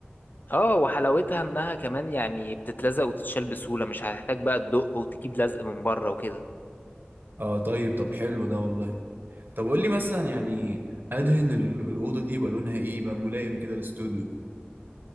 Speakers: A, on the left (about 50°); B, on the right (about 55°).
A: اه وحلاوتها انها كمان يعني بتتلزق وتتشال بسهولة مش هتحتاج بقى تدق وتجيب لزق من بره وكده
B: اه طيب طب حلو ده والله طب قول لي مثلا يعني ادهن ال- الاوضه دي يبقى لونها ايه يبقى ملائم كده للاستوديو